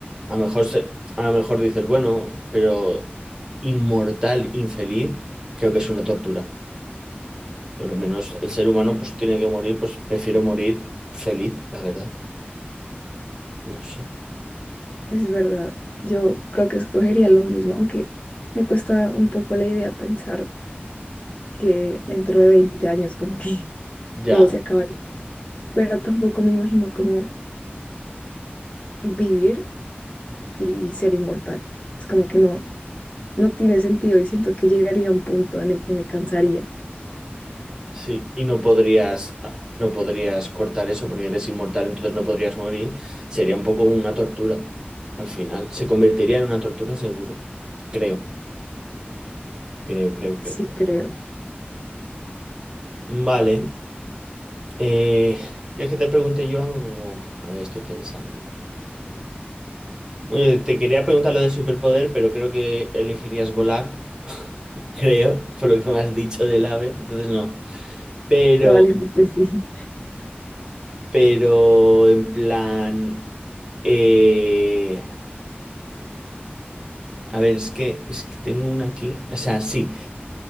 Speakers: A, on the right; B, on the left.
A: A lo mejor se- a lo mejor dices, bueno, pero inmortal, infeliz, creo que es una tortura. Por lo menos el ser humano pues tiene que morir, pues prefiero morir feliz, la verdad. No sé.
B: Es verdad, yo creo que escogería lo mismo, aunque me cuesta un poco la idea pensar que dentro de 20 años como que <laughs>
A: Ya,
B: todo se acabaría, pero tampoco me imagino cómo vivir y ser inmortal. Es como que no, no tiene sentido y siento que llegaría a un punto en el que me cansaría.
A: sí. Y no podrías, no podrías cortar eso porque eres inmortal, entonces no podrías morir. Sería un poco una tortura. Al final, se convertiría en una tortura seguro. Creo, creo, creo, creo.
B: Sí, creo.
A: Vale.
B: Sí,
A: Eh, ¿quieres que te pregunte yo algo? A ver, estoy pensando. Eh, te quería preguntar lo de superpoder, pero creo que elegirías volar. <laughs> Creo, por lo que me has dicho del ave. Entonces no. Pero,
B: probablemente sí.
A: pero en plan. eh, a ver, es que, es que tengo una aquí. O sea, sí.